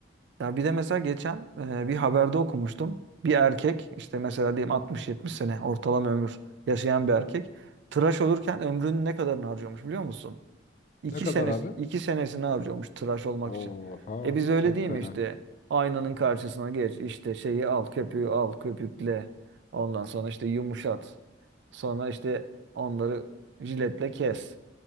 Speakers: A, on the right; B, on the left.
A: Ya bir de mesela geçen e, bir haberde okumuştum. Bir erkek işte mesela diyelim 60-70 sene ortalama ömür yaşayan bir erkek tıraş olurken ömrünün ne kadarını harcıyormuş biliyor musun? İki
B: Ne kadar
A: sene,
B: abi?
A: iki senesini harcıyormuş tıraş olmak
B: Oha
A: için. E biz öyle
B: çok
A: değil
B: fena.
A: mi işte? Aynanın karşısına geç, işte şeyi al, köpüğü al, köpükle. Ondan sonra işte yumuşat. Sonra işte onları jiletle kes.